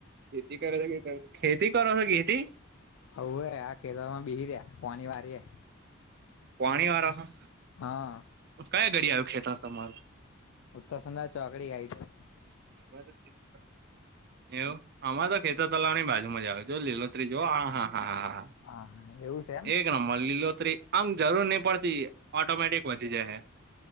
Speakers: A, on the right (about 50°); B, on the left (about 70°).
A: ખેતી કરો હો કી <unintelligible> ખેતી કરો હો ખેતી.
B: હોવે આ ખેતર માં બેહી રયા પોની વારી એ.
A: પોણી વારો હો.
B: હા.
A: કયા ગડી આવ્યું ખેતર તમારું?
B: ઉત્તરસંધા ચોકડી આઈ જાય.
A: <unintelligible> એવું અમાર તો ખેતર તલાવની બાજુ મજા આયુ જો લીલોત્રી જો હા હા હા હા હા હા.
B: હા હા એવું છે એમ
A: એક નંબર લીલોત્રી આમ જરૂર નહી પડતી ઓટોમેટિક વધી જાય હ.